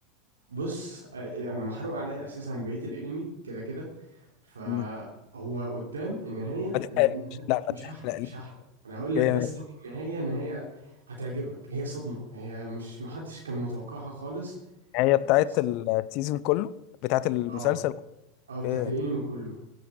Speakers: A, on the right; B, on the left.
A: بص آه، انا محروق عليا اساسا بقيه الانمي كده كده فهو
B: مم.
A: قدام النهايه
B: ما تحرقش
A: ن- ن-
B: لا
A: مش
B: ما تحرقليش
A: هحرق مش هحرق انا هقول لك
B: جامد.
A: بس إن النهايه نهايه هتعجبك هي صدمه هي مش محدش كان متوقعها خالص
B: هي بتاعت
A: بس
B: السيزون كله بتاعت المسلسل
A: اه
B: كله.
A: اه بتاعت
B: اوكي
A: الانمي كله